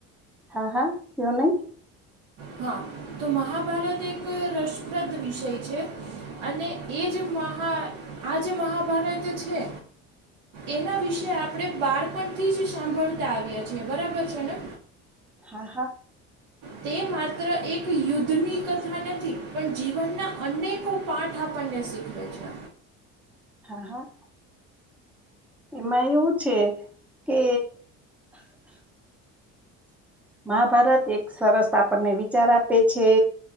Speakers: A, in the centre; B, on the right.
A: હા હા કયો ને.
B: હા તો મહાભારત એક રસપ્રદ વિષય છે અને એ જ મહા આજ મહાભારત છે. એના વિશે આપણેે બાળપણથી જ સાંભળતા આવએ છીએ. બરાબર છે ને?
A: હા હા
B: તે માત્ર એક યુદ્ધની કથા નથી પણ જીવનના અનેકો પાઠ આપને સીખવે છે.
A: હા હા એમાં એવું છે કે મહાભારત એક સરસ આપણને વિચાર આપે છે.